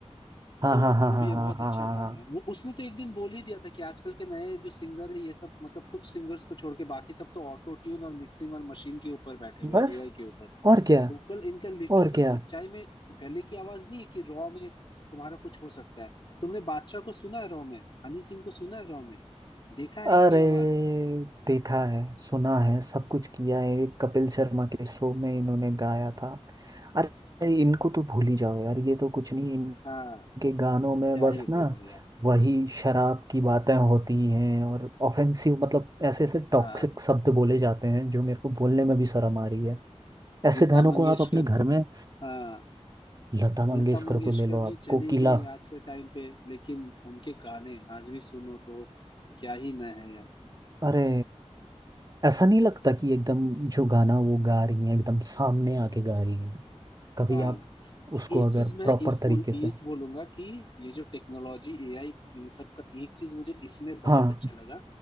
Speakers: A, on the right; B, on the left.
A: हाँ
B: तो
A: हाँ हाँ
B: वो
A: हाँ
B: भी है बहुत
A: हाँ हाँ
B: अच्छा
A: हाँ
B: गाना
A: हाँ।
B: है वो उसने तो एक दिन बोल ही दिया था कि आजकल के नए जो सिंगर है ये सब मतलब कुछ सिंगर्स को छोड़ के बाकी सब तो ऑटो ट्यून और मिक्सिंग और मशीन के ऊपर बैठे हुए
A: बस
B: एआई के ऊपर
A: और क्या
B: वोकल इनका लिटरली
A: और क्या
B: सच्चाई में गले की आवाज नहीं है कि रॉ में तुम्हारा कुछ हो सकता है तुमने बादशाह को सुना है रॉ में हनी सिंह को सुना है रॉ में देखा है इनकी
A: अरे
B: आवाज
A: देखा है सुना है सब कुछ किया है एक कपिल शर्मा के शो में इन्होंने गाया था अरे इनको तो भूल ही जाओ यार ये तो कुछ नहीं इनके
B: हाँ
A: गानों में
B: क्या
A: बस
B: ही बोलो
A: ना
B: यार
A: वही शराब की बातें होती हैं और ऑफेंसिव मतलब ऐसे ऐसे टॉक्सिक
B: हाँ
A: शब्द बोले जाते हैं जो मेरे को बोलने में भी शर्म आ रही है ऐसे
B: लता
A: गानों
B: मंगेशकर
A: को आप अपने घर में
B: हाँ
A: लता मंगेशकर
B: लता मंगेशकर
A: को ले लो
B: जी
A: आप
B: चली
A: कोकिला
B: गई आज के टाइम पे लेकिन उनके गाने आज भी सुनो तो क्या ही न है यार
A: अरे ऐसा नहीं लगता कि एकदम जो गाना वो गा रही हैं एकदम सामने आके गा रही हैं कभी
B: हाँ
A: आप
B: और
A: उसको
B: एक
A: अगर
B: चीज मैं
A: प्रॉपर
B: इस बोल
A: तरीके
B: ये
A: से
B: बोलूंगा कि ये जो टेक्नोलॉजी एआई इन सब का एक चीज मुझे इसमें बहुत
A: हाँ
B: अच्छा लगा